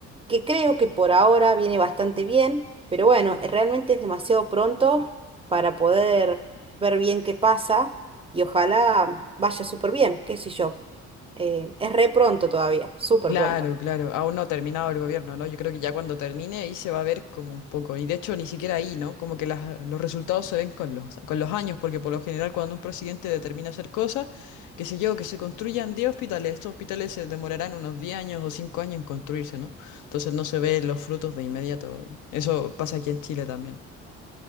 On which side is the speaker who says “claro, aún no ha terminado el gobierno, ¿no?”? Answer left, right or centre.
Left